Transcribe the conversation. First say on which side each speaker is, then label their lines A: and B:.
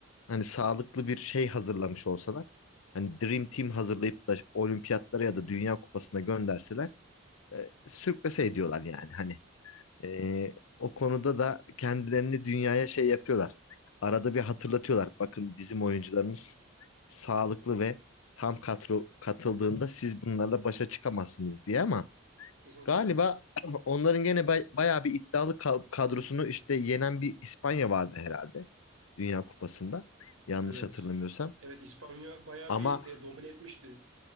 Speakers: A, on the left; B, on the right.
A: hani sağlıklı bir şey hazırlamış olsalar hani Dream Team hazırlayıp da olimpiyatlara ya da Dünya Kupası'na gönderseler e, sürklese ediyorlar yani hani Ee, o konuda da kendilerini dünyaya şey yapıyorlar. Arada bir hatırlatıyorlar. Bakın bizim oyuncularımız sağlıklı ve tam kadro katıldığında siz bunlarla başa çıkamazsınız diye ama
B: kesinlikle.
A: galiba <clears throat> onların gene bay- bayağı bir iddialı kal- kadrosunu işte yenen bir İspanya vardı herhalde Dünya Kupası'nda. Yanlış
B: Evet.
A: hatırlamıyorsam.
B: Evet İspanya bayağı
A: Ama
B: bir e, domine etmişti.